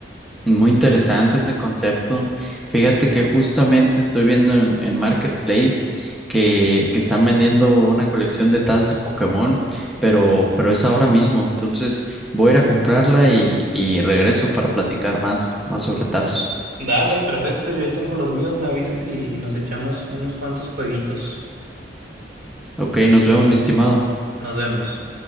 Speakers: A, in the centre; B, on the right (about 55°).
A: Muy interesante ese concepto. Fíjate que justamente estoy viendo en, en Marketplace que, que están vendiendo una colección de tazas de Pokémon, pero, pero es ahora mismo. Entonces voy a ir a comprarla y, y regreso para platicar más, más sobre tazos.
B: Dale, perfecto, yo ahí tengo los míos, me avisas y y nos echamos unos cuantos jueguitos.
A: Ok, nos vemos, mi estimado.
B: Nos vemos.